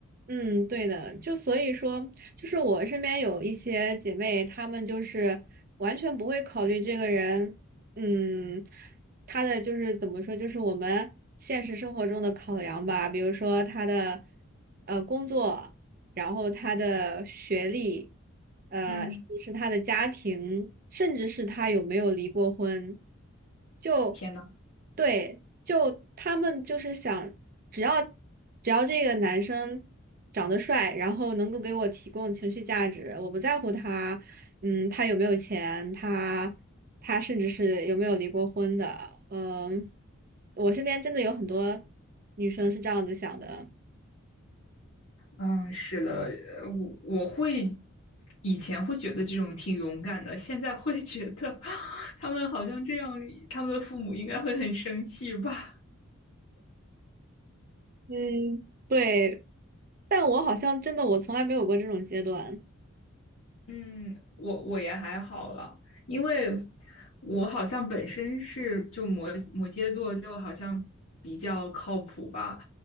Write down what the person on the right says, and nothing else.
嗯，对的，就所以说，就是我身边有一些姐妹，她们就是完全不会考虑这个人，嗯，她的就是怎么说，就是我们现实生活中的考量吧，比如说她的呃工作，然后他的学历，呃，
甚至是他的家庭，甚至是他有没有离过婚，就
对，就他们就是想，只要只要这个男生长得帅，然后能够给我提供情绪价值，我不在乎他，嗯，他有没有钱，他他甚至是有没有离过婚的，嗯、我身边真的有很多女生是这样子想的，
嗯，对。但我好像真的我从来没有过这种阶段。